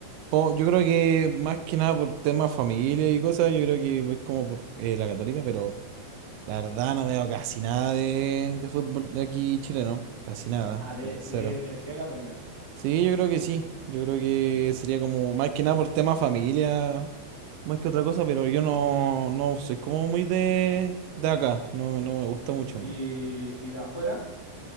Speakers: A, on the right (about 80°); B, on the left (about 20°).
A: po- yo creo que más que nada por temas familia y cosas, yo creo que voy como por eh, la Católica, pero la verdad no veo casi nada de, de fútbol de aquí chileno, casi nada,
B: Ah, de,
A: cero
B: de Universidad Católica.
A: Sí, yo creo que sí, yo creo que sería como más que nada por temas familia, más que otra cosa, pero yo no, no soy como muy de, de acá, no, no me gusta mucho.
B: ¿Y, y de afuera?